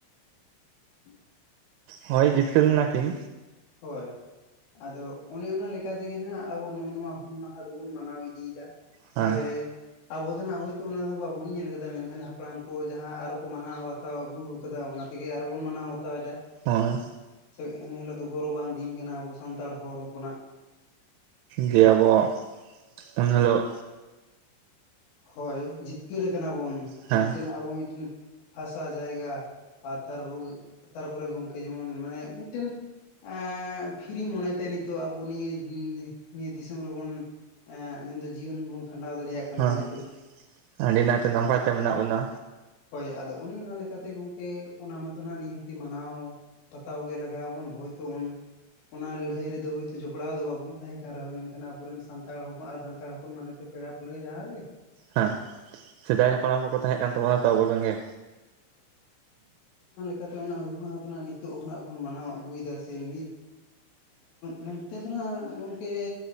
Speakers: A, on the left; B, on the right.
A: <unintelligible>
B: ᱦᱳᱭ ᱡᱤᱛᱠᱟᱹᱨ ᱞᱮᱱᱟ ᱠᱤᱱ
A: ᱦᱳᱭ ᱟᱫᱚ ᱚᱱᱮ ᱚᱱᱟ ᱞᱮᱠᱟ ᱛᱮᱜᱮ ᱱᱟᱦᱟᱜ ᱟᱵᱚ ᱱᱚᱜᱼᱚ ᱱᱚᱣᱟ ᱦᱩᱞ ᱢᱟᱦᱟ ᱫᱚᱵᱚᱱ ᱢᱟᱱᱟᱣ ᱤᱫᱤᱭᱮᱫᱟ ᱥᱮ
B: ᱦᱮᱸ
A: ᱟᱵᱚ ᱫᱚ ᱱᱟᱜ ᱦᱳᱭᱛᱚ ᱚᱱᱟ ᱫᱚ ᱵᱟᱵᱚᱱ ᱧᱮᱞ ᱠᱟᱫᱟ ᱢᱮᱱᱠᱷᱟᱱ ᱦᱟᱯᱲᱟᱢ ᱠᱚ ᱡᱟᱦᱟᱸ ᱟᱨᱚ ᱠᱚ ᱢᱟᱱᱟᱣᱟ ᱛᱟᱣ ᱟᱹᱜᱩ ᱠᱟᱫᱟ ᱚᱱᱟ ᱛᱮᱜᱮ ᱟᱨᱚ ᱵᱚᱱ ᱢᱟᱱᱟᱣ ᱵᱟᱛᱟᱣᱮᱫᱟ
B: ᱦᱳᱭ
A: ᱥᱮ ᱮᱱ ᱦᱤᱞᱳᱜ ᱫᱚ ᱜᱚᱨᱚᱵᱟᱱ ᱫᱤᱱ ᱠᱟᱱᱟ ᱟᱵᱚ ᱥᱟᱱᱛᱟᱲ ᱦᱚᱲ ᱦᱚᱯᱚᱱᱟᱜ
B: ᱡᱮ ᱟᱵᱚ ᱩᱱ ᱦᱤᱞᱚᱜ
A: ᱦᱳᱭ ᱡᱤᱛᱠᱟᱹᱨ ᱠᱟᱱᱟ ᱵᱚᱱ
B: ᱦᱮᱸ
A: ᱢᱤᱫᱴᱮᱱ ᱟᱵᱚ ᱢᱤᱫᱴᱮᱱ ᱦᱟᱥᱟ ᱡᱟᱭᱜᱟ ᱟᱨ ᱛᱟᱨᱯᱚᱨᱮ ᱜᱚᱝᱠᱮ ᱡᱮᱢᱚᱱ ᱢᱟᱱᱮ ᱢᱤᱫᱴᱮᱱ ᱮᱜᱻ ᱯᱷᱤᱨᱤ ᱢᱚᱱᱮᱛᱮ ᱱᱤᱛᱚᱜ ᱟᱵᱚ ᱱᱤᱭᱟᱹ ᱱᱤᱭᱟᱹ ᱫᱤᱥᱚᱢ ᱨᱮᱵᱚᱱ ᱮᱜᱻ ᱢᱮᱱᱫᱚ ᱡᱤᱭᱚᱱ ᱵᱚᱱ ᱠᱷᱟᱸᱰᱟᱣ ᱫᱟᱲᱮᱭᱟᱜ ᱠᱟᱱᱟ
B: ᱦᱮᱸ
A: ᱱᱟᱭ
B: ᱟᱹᱰᱤ ᱱᱟᱭᱛᱮ ᱱᱟᱯᱟᱭ ᱛᱮ ᱢᱮᱱᱟᱜ ᱵᱚᱱᱟ
A: ᱦᱳᱭ ᱟᱫᱚ ᱚᱱᱮ ᱚᱱᱟ ᱞᱮᱠᱟᱛᱮ ᱜᱚᱝᱠᱮ ᱚᱱᱟ ᱢᱚᱛᱚ ᱦᱟᱸᱜ ᱱᱤᱦᱟᱹᱛᱤ ᱢᱟᱱᱟᱣ ᱵᱟᱛᱟᱣ ᱜᱮ ᱞᱟᱜᱟᱣ ᱟᱵᱚᱱ ᱦᱳᱭᱛᱳ ᱩᱱᱼ ᱚᱱᱟ ᱞᱟᱹᱲᱦᱟᱹᱭ ᱨᱮᱫᱚ ᱦᱳᱭᱛᱳ ᱡᱚᱯᱲᱟᱣ ᱫᱚ ᱵᱟᱵᱚᱱ ᱛᱟᱦᱮᱸ ᱠᱟᱱ ᱨᱮᱦᱚᱸ ᱢᱮᱱᱠᱷᱟᱱ ᱟᱵᱚᱨᱮᱱ ᱥᱟᱱᱛᱟᱲ ᱦᱚᱯᱚᱱ ᱟᱨ ᱥᱟᱱᱛᱟᱲ ᱦᱚᱯᱚᱱ ᱢᱟᱱᱮᱛᱮ ᱯᱮᱲᱟ ᱯᱟᱹᱲᱦᱟᱹ ᱡᱟᱦᱟ ᱜᱮ
B: ᱦᱟᱸ ᱥᱮᱫᱟᱭ ᱦᱟᱯᱲᱟᱢ ᱠᱚᱠᱚ ᱛᱟᱦᱮᱸᱜ ᱠᱟᱱ ᱛᱟᱵᱚᱱᱟ ᱛᱚ ᱟᱵᱚ ᱨᱮᱱ ᱜᱮ
A: ᱪᱤᱠᱟᱛᱮ ᱚᱱᱟ ᱦᱩᱞ ᱢᱟᱦᱟ ᱠᱷᱚᱱᱟᱜ ᱱᱤᱛᱚᱜ ᱦᱚᱱᱟᱜ ᱵᱚᱱ ᱢᱟᱱᱟᱣ ᱟᱹᱜᱩᱭᱫᱟ ᱥᱮ ᱱᱤᱛ ᱱᱚᱱᱛᱮ ᱫᱚ ᱱᱟᱜ ᱜᱚᱢᱠᱮ